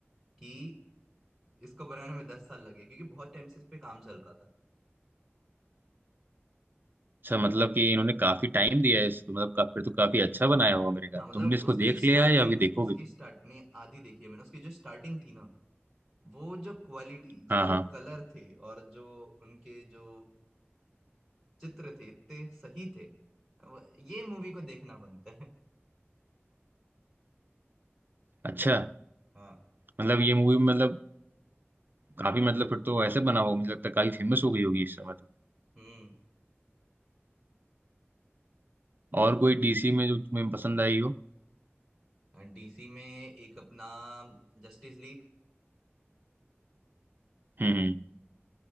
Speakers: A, in the centre; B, on the right (about 50°).
A: कि इसको बनाने में दस साल लगे क्योंकि बहुत टाइम से इस पे काम चल रहा था
B: अच्छा मतलब कि इन्होंने काफी टाइम दिया है इसको मतलब का, फिर तो काफी अच्छा बनाया होगा मेरे ख्याल
A: हाँ मतलब
B: तुमने इसको
A: उसकी
B: देख
A: स्टार्टिंग
B: लिया है या अभी देखोगे
A: उसकी
B: तुम?
A: स्टार्ट नहीं आधी देखी है मैंने उसकी जो स्टार्टिंग थी ना वो जो क्वालिटी
B: हाँ
A: जो
B: हाँ
A: कलर थे और जो उनके जो चित्र थे इतने सही थे वो- ये मूवी को देखना बनता है
B: अच्छा
A: हाँ
B: मतलब ये मूवी मतलब काफी मतलब फिर तो ऐसे बना हो मुझे लगता है काफी फेमस हो गई होगी इस समय तो
A: हम्म
B: और कोई डीसी में जो तुम्हें पसंद आई हो
A: डीसी में एक अपना जस्टिस लीग
B: हम्म